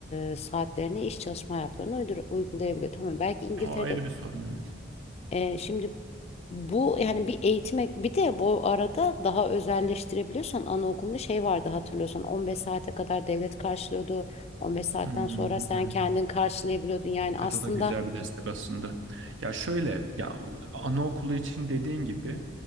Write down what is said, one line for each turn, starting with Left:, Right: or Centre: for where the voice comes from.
Left: e, saatlerine iş çalışma hayatlarını uydur- uygulayabiliyor. Tamam belki İngiltere'de
Right: O ayrı bir sorun evet.
Left: e, şimdi bu yani bir eğitime bir de bu arada daha özelleştirebiliyorsan anaokulunda şey vardı hatırlıyorsan 15 saate kadar devlet karşılıyordu. 15 saatten
Right: Hmm,
Left: sonra sen
Right: evet.
Left: kendin karşılayabiliyordun. Yani aslında
Right: Evet o da güzel bir destek aslında. Ya şöyle ya anaokulu için dediğin gibi